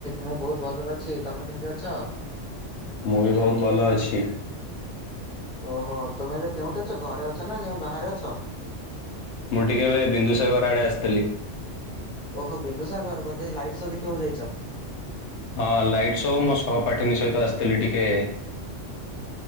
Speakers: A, in the centre; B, on the left.
A: ମୁଁ ବହୁତ ଭଲରେ ଅଛି ତମେ କେମିତି ଅଛ?
B: ମୁଁ ବି ବହୁତ ଭଲ ଅଛି।
A: ଓହୋ ତୁମେ ଏବେ କେଉଁଠି ଅଛ ଘରେ ଅଛ ନା କେଉଁ ବାହାରେ ଅଛ?
B: ମୁଁ ଟିକେ ଏବେ ବିନ୍ଦୁସାଗର ଆଡେ ଆସିଥିଲି।
A: ଓହୋ! ବିନ୍ଦୁସାଗର ବୋଧେ ଲାଇଟ୍ ଶୋ ଦେଖିବାକୁ ଯାଇଛ।
B: ହଁ, ଲାଇଟ୍ ଶୋ ମୋ ସହପାଠିନୀ ସହିତ ଆସିଥିଲି ଟିକେ